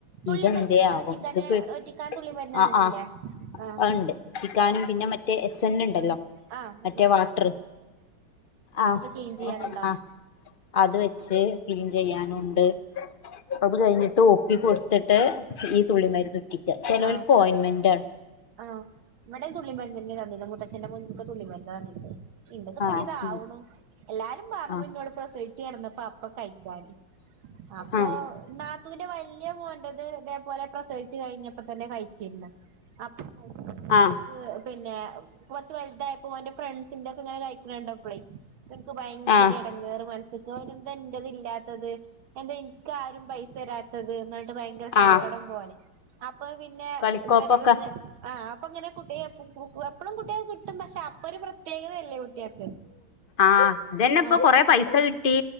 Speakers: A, on the right; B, on the left.
A: തുള്ളി
B: ഇതെന്തേ
A: മരുന്നില്ലേ
B: ആവം
A: ഒറ്റിക്കാന്
B: ഇത് പെ
A: ഒറ്റിക്കാൻ തുള്ളി മരുന്ന്
B: ആഹ്
A: തന്നിട്ടില്ലേ
B: ആഹ്
A: ആഹ്
B: ഉണ്ട് ഉറ്റിക്കാനും പിന്നെ മറ്റേ എസ് എൻ ഉണ്ടല്ലോ
A: ആ <unintelligible>
B: മറ്റേ വാട്ടർ ആ
A: ക്ലീൻ ചെയ്യാനുണ്ടാവും
B: ആ അത് വെച്ച് ക്ലീൻ ചെയ്യാനുണ്ട് അത് കഴിഞ്ഞിട്ട് ഒപ്പി കൊടുത്തിട്ട് ഈ തുള്ളി മരുന്ന് ഉറ്റിയ്ക്ക് ചിലർക്ക്
A: ആഹ്
B: ഓയിൽമെന്റാണ്
A: ആഹ് ഇവിടെ തുള്ളി മരുന്ന് തന്നെയാണ് തന്നിരുന്നത് മുത്തച്ഛന്റെ മോനിക്ക് തുള്ളി മരുന്നാ തന്നിരുന്നത് ഇവിടെ
B: ആഹ്
A: ഇപ്പോൾ ആവുണു എല്ലാരും പറഞ്ഞ
B: ആഹ്
A: ഇന്നോട് പ്രസവിച്ചു കിടന്നപ്പോ അപ്പെ കഴിക്കാന് അപ്പൊ
B: ആഹ്
A: നാത്തൂൻ്റെ വല്ല്യ മോൻ്റത് ഇതേപോലെ പ്രസവിച്ച് കഴിഞ്ഞ പ്പൊ തന്നെ കയ്ച്ച്. അപ്പ
B: ആഹ്
A: <unintelligible> പിന്നെ കൊറച്ച് വലുതായപ്പോ ഓന്റെ ഫ്രണ്ട്സിന്റെ ഒക്കെ ഇങ്ങനെ കഴിക്ക്ണെ കണ്ടപളെയ് ക്ക് ഭയങ്കര
B: ആഹ്
A: എട ങ്ങേറെ മനസ്സക്ക് ഒന്ന് എന്താ എന്റെത് ഇല്ലാത്തത് എന്താ എനിക്കാരും പൈസ തരാത്തത് എന്ന ഭയങ്കര സങ്കടം
B: ആഹ്
A: പോലെ അപ്പൊ പിന്നെ
B: കളിക്കോപ്പൊക്കെ
A: ഇവരതൊന്നും ആഹ് അപ്പൊ അങ്ങനെ കുട്ടിയെ കു കു എപ്പഴും കുട്ടിക കിട്ടും പക്ഷെ അപ്പൊ ഒരു പ്ര പ്രത്യേകതയല്ലേ കുട്ടിആക്ക്
B: ആഹ് ഇതന്നെ ഇപ്പൊ
A: ആഹ്
B: കൊറെ പൈസ കിട്ടി